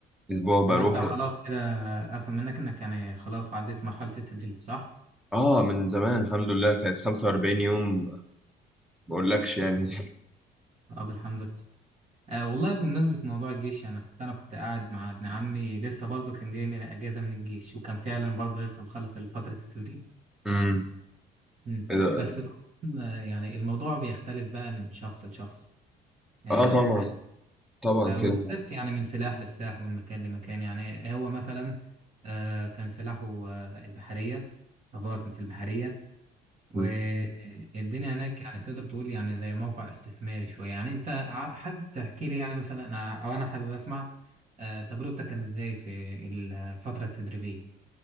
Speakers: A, in the centre; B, on the right.
A: اسبوع بروح
B: هو انت خلاص كده افهم منك انك يعني خلاص عديت مرحلة التدريب صح؟
A: اه من زمان الحمد لله كانت 45 يوم ما اقولكش يعني
B: طب الحمد لله آه والله بمناسبة موضوع الجيش يعني حتى انا كنت قاعد مع ابن عمي لسه برضه كان جاي من اجازة من الجيش وكان فعلا برضه لسه مخلص فترة التدريب
A: امم <laughs>
B: مم.
A: ايه ده
B: بس طبعاً، آه، يعني الموضوع بيختلف بقى من شخص لشخص آه
A: اه طبعا
B: انت فاهم
A: طبعا
B: آه
A: كده
B: وبالذات يعني من سلاح لسلاح ومن مكان لمكان يعني هو مثلا آه كان سلاحه آه البحرية فهو كان في البحرية والدنيا
A: مم.
B: هناك يعني تقدر تقول يعني زي موقع استثماري شوية يعني أنت ع- حابب تحكي لي يعني مثلا أنا أو أنا حابب أسمع آه، تجربتك كانت إزاي في الفترة التدريبية